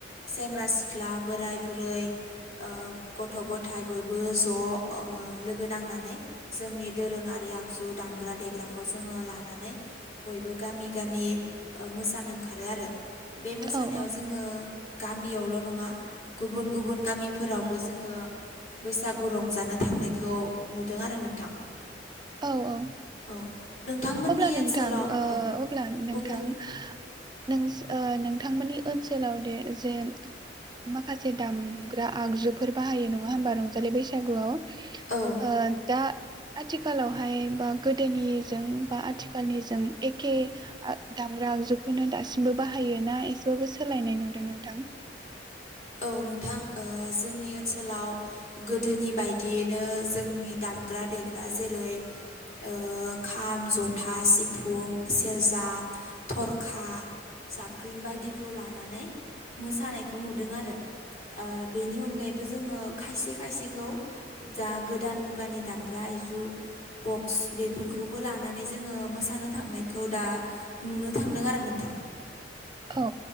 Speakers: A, on the left (about 40°); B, on the right (about 25°).
A: सेेंग्रा सि ख्ला बोराय बुरै ओ गथ' गथाय बयबो ज'ओ लोगो नां नानै जोंनि दोरोङारि आगजु दामग्रा देग्राखौ जोङो ला नानै बयबो गामि गामि मोसानो ओंखारो आरो बे मोसानायाव
B: औ
A: जोङो गामियावल' नङा गुबुन गुबुन गामिफोरावबो जोङो बैसागु रंजानो थांनायखौ नुदों आरो नोंथां।
B: औ औ
A: औ नोंथांमोननि
B: अब्ला नोंथां
A: ओनसोलाव
B: ओ
A: औ
B: अब्ला नोंथां
A: बुंलाय
B: नोंस ओ नोंथांमोननि ओनसोलाव दे जेन माखासे दामग्रा आगजुफोर बाहायो नङा होमबा रंजालि बैसागुआव
A: औ
B: ओ दा आथिखालावहाय बा गोदोनि जों बा आथिखालनि जों एखे आ दामग्रा आगजुखौनो दासिमबो बाहायो ना एसे बाबो सोलायनाय नुदों नोंथां?
A: औ नोंथां ओ जोंनि ओनसोलाव गोदोनि बायदियैनो जोंनि दा मग्रा देग्रा जेरै ओ खाम जथा सिफुं सेरजा थरखा जाबख्रिं बायदिखौ लानानै मोसानायखौ नुदों आरो। ओ बेनि अनगायैबो जोङो खायसे खायसेखौ जा गोदान मुग गानि दामग्रा आयजु बक्स बेफोरखौबो लानानै जोङो मोसानो थांनायखौ दा नुनो थांदों आरो नोंथां।
B: औ